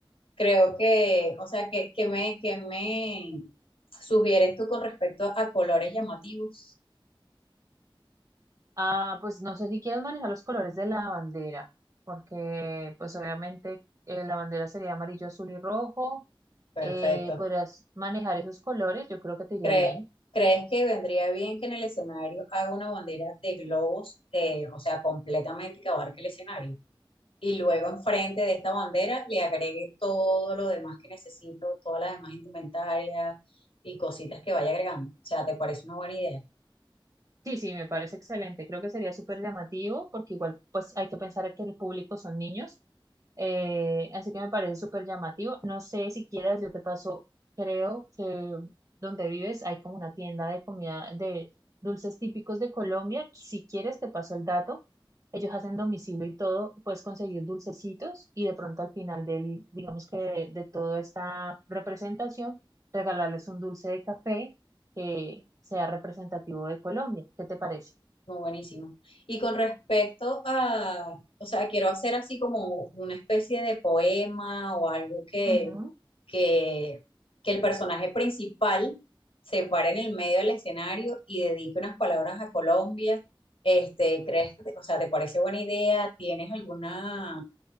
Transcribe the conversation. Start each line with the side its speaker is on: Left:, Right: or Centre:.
Left: creo que, o sea, que, que me, que me sugieres tú con respecto a, a colores llamativos.
Right: Ah, pues no sé si quieres manejar los colores de la bandera, porque pues obviamente eh, la bandera sería amarillo, azul y rojo.
Left: Perfecto.
Right: Eh, podrías manejar esos colores, yo creo que te iría
Left: Cre-
Right: bien.
Left: ¿crees que vendría bien que en el escenario haga una bandera de globos, eh, o sea, completamente que abarque el escenario? y luego enfrente de esta bandera le agregue todo lo demás que necesito, todas las demás indumentarias y cositas que vaya agregando. O sea, ¿te parece una buena idea?
Right: Sí, sí, me parece excelente. Creo que sería súper llamativo porque igual pues hay que pensar que el público son niños. Eh, así que me parece súper llamativo. No sé si quieras, yo te paso, creo que donde vives hay como una tienda de comida, de dulces típicos de Colombia. Si quieres, te paso el dato. Ellos hacen domicilio y todo, puedes conseguir dulcecitos y de pronto al final del, digamos que de, de toda esta representación, regalarles un dulce de café que sea representativo de Colombia. ¿Qué te parece?
Left: Muy buenísimo. Y con respecto a, o sea, quiero hacer así como una especie de poema o algo que,
Right: Ujú.
Left: que, que el personaje principal se pare en el medio del escenario y dedique unas palabras a Colombia. Este, ¿crees, o sea, te parece buena idea? ¿Tienes alguna